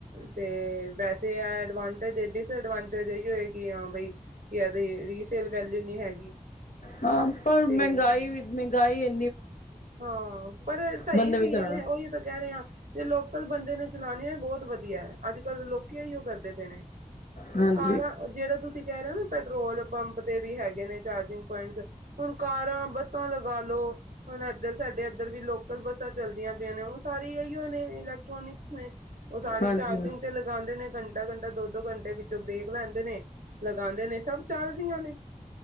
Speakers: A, on the right (about 90°); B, on the left (about 75°).
A: ਅਤੇ ਵੈਸੇ ਆ ਐਡਵਾਂਟੇਜ ਡਿਸਐਡਵਾਂਟੇਜ ਇਹੀਓ ਹੋਏ ਕਿ ਹਾਂ ਬਈ ਕਿ ਇਹਦੀ ਰੀਸੇਲ ਵੈਲਿਊ ਨਹੀਂ ਹੈਗੀ।
B: ਹਾਂ ਪਰ ਮਹਿੰਗਾਈ
A: ਤੇ
B: ਵੀ ਮਹਿੰਗਾਈ ਏ
A: ਹਾਂ ਪਰ ਸਹੀ
B: ਬੰਦਾ
A: ਵੀ
B: ਕਰਣਾ
A: ਹੈ। ਉਹੀ ਤਾਂ ਕਹਿ ਰਿਹਾ ਜੇ ਲੋਕਲ ਬੰਦੇ ਨੇ ਚਲਾਨੀ ਹੋਏ ਬਹੁਤ ਵਧੀਆ ਹੈ। ਅੱਜ ਕੱਲ੍ਹ ਲੋਕੀ ਇਹੀਓ ਕਰਦੇ ਪਏ ਨੇ। ਹੁਣ
B: ਹਾਂਜੀ
A: ਕਾਰਾਂ ਜਿਹੜਾ ਤੁਸੀਂ ਕੇ ਹਰਾ ਪੈਟਰੋਲ ਪੰਪ ਦੇ ਵੀ ਹੈਗੇ ਗੇ ਨੇ ਚਾਰਜਿੰਗ ਪੁਆਇੰਟਸ ਹੁਣ ਕਾਰਾਂ ਬੱਸਾਂ ਲਗਾ ਲੋ। ਹੁਣ ਇੱਧਰ ਸਾਡੇ ਇੱਧਰ ਵੀ ਲੋਕਲ ਬੱਸਾਂ ਚੱਲਦੀਆਂ ਪਈਆਂ ਨੇ ਉਹ ਸਾਰੀ ਇਹੀ ਨੇ ਇਲੈਕਟ੍ਰੋਨਿਕਸ ਨੇ ਉਹ ਸਾਰੀ
B: ਹਾਂਜੀ
A: ਚਾਰਜਿੰਗ ਤੇ ਲਗਾਉਂਦੇ ਨੇ ਘੰਟਾ-ਘੰਟਾ ਦੋ ਦੋ ਘੰਟੇ ਵਿੱਚੋਂ ਬ੍ਰੇਕ ਲੈਂਦੇ ਨੇ ਲਗਾਉਂਦੇ ਨੇ ਸਭ ਚੱਲ ਰਹੀਆਂ ਨੇ